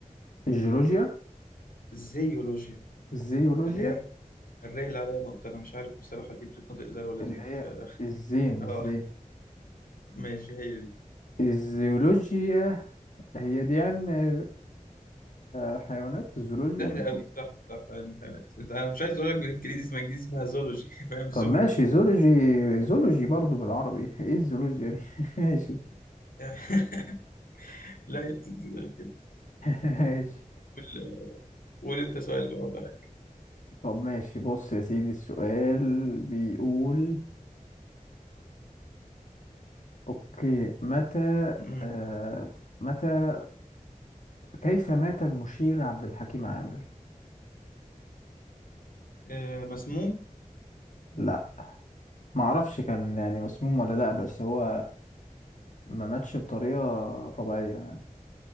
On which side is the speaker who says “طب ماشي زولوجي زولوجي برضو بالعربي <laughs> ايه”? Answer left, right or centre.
Left